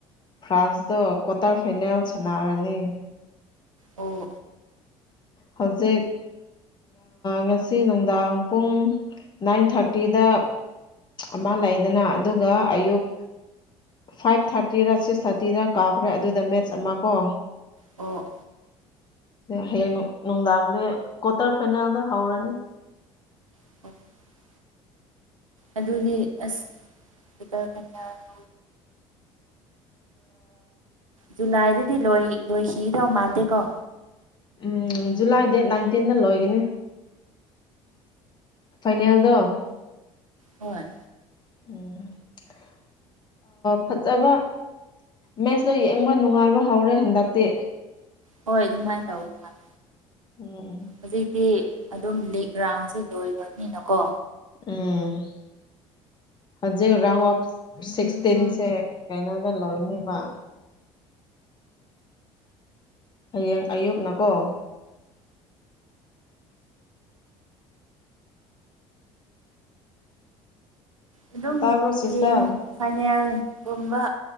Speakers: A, on the left; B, on the right.
A: ꯐ꯭ꯔꯥꯟꯁꯇ ꯀ꯭ꯋꯥꯇꯔ ꯐꯥꯏꯅꯦꯜ ꯁꯥꯟꯅꯔꯅꯤ
B: ꯑꯣ
A: ꯍꯧꯖꯤꯛ ꯉꯁꯤ ꯅꯨꯡꯗꯥꯡ ꯄꯨꯡ ꯅꯥꯏꯟ ꯊꯥꯔꯇꯤꯗ ꯑꯃ ꯂꯩꯗꯅ ꯑꯗꯨꯒ ꯑꯌꯨꯛ ꯐꯥꯏꯚ ꯊꯥꯔꯇꯤꯔ ꯁꯤꯛꯁ ꯊꯥꯔꯇꯤꯗ ꯀꯥꯎꯈ꯭ꯔꯦ ꯑꯗꯨꯗ ꯃꯦꯠꯆ ꯑꯃ ꯀꯣ
B: ꯑꯣ
A: ꯍꯌꯦꯡ ꯅꯨꯡꯗꯥꯡꯗ ꯀ꯭ꯋꯥꯇꯔ ꯐꯥꯏꯅꯦꯜꯗ ꯍꯧꯔꯅꯦ
B: <unintelligible> ꯑꯗꯨꯗꯤ ꯑꯁ <unintelligible> ꯖꯨꯂꯥꯏꯗꯗꯤ ꯂꯣꯏ ꯂꯣꯏꯁꯤꯒꯗꯧ ꯃꯥꯟꯗꯦꯀꯣ
A: ꯎꯝ ꯖꯨꯂꯥꯏ ꯗꯦꯠ ꯅꯥꯏꯟꯇꯤꯟꯗ ꯂꯣꯏꯒꯅꯤ ꯐꯥꯏꯅꯦꯜꯗ
B: ꯍꯣꯏ
A: <unintelligible> ꯐꯖꯕ ꯃꯦꯠꯁꯇꯣ ꯌꯦꯡꯕ ꯅꯨꯡꯉꯥꯏꯕ ꯍꯧꯔꯦ ꯍꯟꯗꯛꯇꯤ
B: ꯍꯣꯏ ꯑꯗꯨꯃꯥꯏꯅ ꯇꯧꯕ ꯃꯥꯅꯤ
A: ꯎꯝ
B: ꯍꯧꯖꯤꯛꯇꯤ ꯑꯗꯨꯝ ꯂꯤꯛ ꯔꯥꯎꯟꯁꯦ ꯂꯣꯏꯈ꯭ꯔꯅꯤꯅꯀꯣ
A: ꯎꯝ ꯍꯧꯖꯤꯛ ꯔꯥꯎ ꯑꯣꯐ ꯁꯤꯛꯁꯇꯤꯟꯁꯦ ꯀꯩꯅꯣꯗ ꯂꯣꯢꯅꯦꯕ ꯍꯌꯦꯡ ꯑꯌꯨꯛꯅꯀꯣ
B: ꯑꯗꯨꯝ
A: ꯇꯥꯕ꯭ꯔꯣ ꯁꯤꯁꯇꯔ
B: ꯌꯦꯡꯌꯦ ꯐꯥꯏꯅꯦꯜꯒꯨꯝꯕ